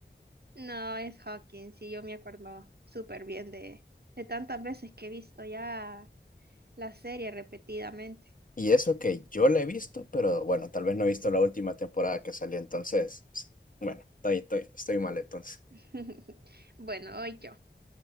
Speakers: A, on the right (about 60°); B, on the left (about 45°).
A: No, es Hawkins, sí, yo me acuerdo súper bien de, de tantas veces que he visto ya La serie repetidamente.
B: Y eso que yo la he visto, pero bueno, tal vez no he visto la última temporada que salió, entonces, bueno, estoy, estoy, estoy mal entonces.
A: <laughs> Bueno, hoy yo.